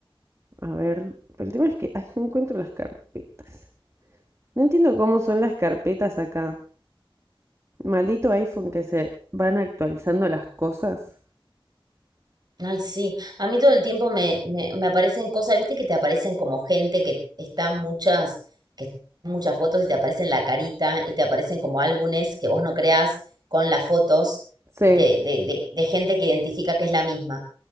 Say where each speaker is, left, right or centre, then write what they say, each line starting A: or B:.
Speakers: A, on the right (about 30°); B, on the right (about 45°).
A: A ver. Pero el tema es que. Ay, no encuentro las carpetas. No entiendo cómo son las carpetas acá. Maldito iPhone que se van actualizando las cosas.
B: Ay, sí, a mí todo el tiempo me, me, me aparecen cosas, viste que te aparecen como gente que está muchas, que están muchas fotos y te aparecen la carita y te aparecen como álbumes que vos no creas con las fotos
A: Sí,
B: de, de, de, de gente que identifica que es la misma.